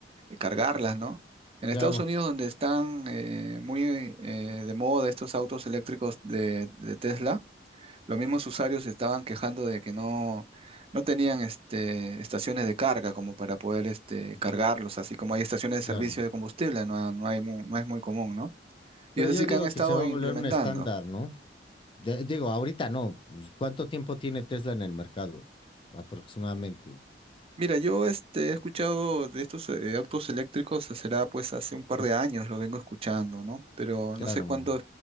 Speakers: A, on the right; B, on the left.
A: cargarlas, ¿no? En
B: Claro.
A: Estados Unidos, donde están eh, muy eh, de moda estos autos eléctricos de de Tesla, Los mismos usuarios se estaban quejando de que no, no tenían este, estaciones de carga como para poder este,
B: Ujú.
A: cargarlos, así como hay estaciones de servicio
B: Claro.
A: de combustible, no, no hay mu- no es muy común, ¿no? Y
B: Pero
A: es así
B: yo
A: que
B: digo
A: han estado
B: que se va
A: implementando.
B: a volver un estándar, ¿no? De- digo, ahorita no. Pues, ¿Cuánto tiempo tiene Tesla en el mercado? Aproximadamente.
A: Mira, yo este, he escuchado de estos eh, autos eléctricos, será pues hace un par de años, lo vengo escuchando, ¿no? Pero
B: Claro.
A: no sé cuándo